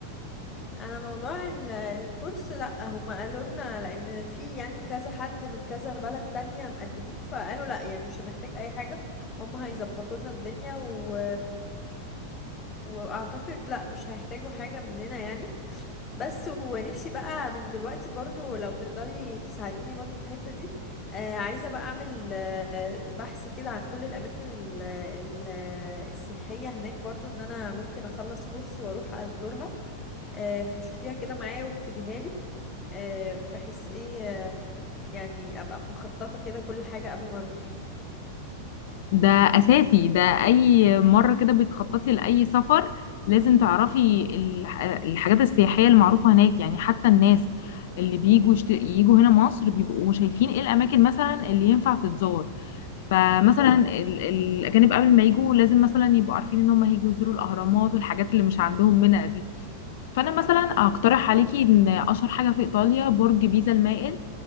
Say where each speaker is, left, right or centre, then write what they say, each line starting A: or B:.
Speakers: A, on the left; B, on the left.
A: انا موضوع ال- الكورس لا هم قالوا لنا لان في يعني كذا حد من كذا بلد تانية مقدمين فقالوا لا يعني مش هنحتاج اي حاجة هم هيظبطوا لنا الدنيا و... واعتقد لا مش هيحتاجوا حاجة مننا يعني بس ونفسي بقى من دلوقتي برضو لو تقدري تساعديني برضو في الحتة دي آه عايزة بقى اعمل آه بحث كده عن كل الاماكن ال... ال... السياحية هناك برضو ان انا ممكن اخلص كورس واروح ازورها آه، فشوفيها كده معايا واكتبيها لي آه، بحيث ايه آه، يعني ابقى مخططة كده كل حاجة قبل ما اروح
B: ده اساسي ده اي مره كده بتخططي لاي سفر لازم تعرفي الح- الحاجات السياحيه المعروفه هناك يعني حتى الناس اللي بيجوا يشت... يجوا هنا مصر بيبقوا شايفين ايه الاماكن مثلا اللي ينفع تتزار فمثلا
A: اه
B: ال... الاجانب قبل ما يجوا لازم مثلا يبقوا عارفين ان هم هيجوا يزوروا الاهرامات والحاجات اللي مش عندهم منها دي فانا مثلا اقترح عليكي ان اشهر حاجه في ايطاليا برج بيزا المائل